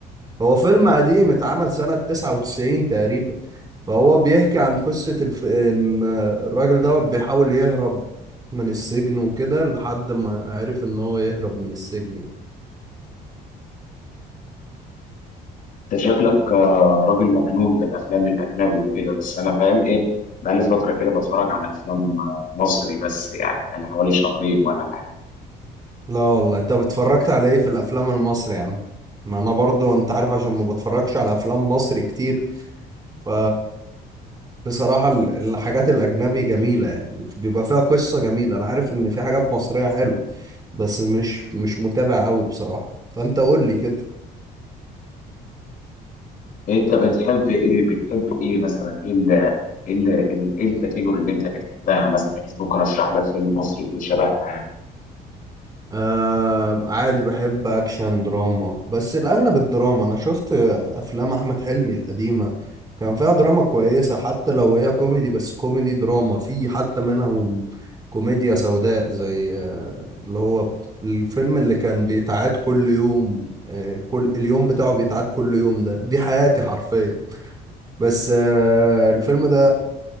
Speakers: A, on the right; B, on the left.
A: هو فيلم قديم اتعمل سنة 99 تقريبا فهو بيحكي عن قصة الف... إن آه، الراجل ده بيحاول يهرب من السجن وكده لحد ما عرف إن هو يهرب من السجن
B: انت شكلك آه، راجل مجنون بالافلام الاجنبي وكده بس انا فاهم ايه بقالي فتره كده بتفرج على افلام آه، مصري بس يعني بقالي حوالي شهرين ولا حاجه
A: لا والله طب اتفرجت على ايه في الافلام المصري يا عم ما انا برضو انت عارف عشان ما بتفرجش على افلام مصري كتير ف بصراحة ال- الحاجات الاجنبي جميلة يعني بيبقى فيها قصة جميلة انا عارف ان في حاجات مصرية حلوة بس مش مش متابع قوي بصراحة فانت قول لي كده
B: انت بتحب ايه بتحب ايه مثلا ايه ال ايه ال إيه ال- ايه الكاتيجوري اللي انت بتحبها مثلا بحيث ممكن ارشح لك فيلم مصري يكون شبهها يعني
A: آه عادي بحب اكشن دراما بس الاغلب الدراما انا شفت افلام احمد حلمي القديمه كان فيها دراما كويسه حتى لو هي كوميدي بس كوميدي دراما في حتى منهم كوميديا سوداء زي آه، اللي هو الفيلم اللي كان بيتعاد كل يوم آه، كل اليوم بتاعه بيتعاد كل يوم ده دي حياتي حرفيا بس آه، الفيلم ده